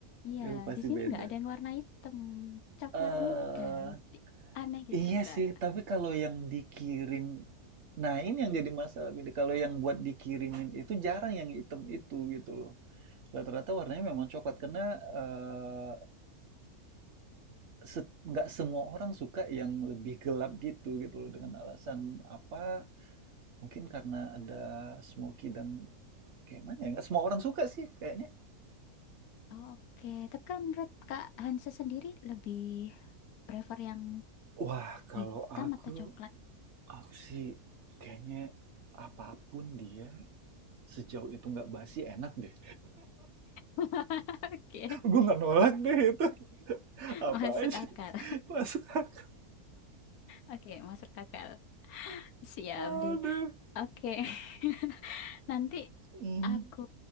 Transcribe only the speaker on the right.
Itu pasti
beda.
Eee,
iya
sih, tapi kalau yang dikirim nah ini yang jadi masalah gini, kalau yang buat dikirimin itu jarang yang hitam itu gitu loh. Rata-rata warnanya memang coklat karena, eee, set nggak semua orang suka yang lebih gelap gitu gitu loh dengan alasan apa, mungkin karena ada smoky dan kayak mana ya, nggak semua orang suka sih kayaknya.
Wah, kalau
aku,
aku sih kayaknya apapun dia sejauh itu nggak basi enak deh.
Gue nggak nolak deh itu. Apa
aja
masuk akal.
Aduh.
Mhm.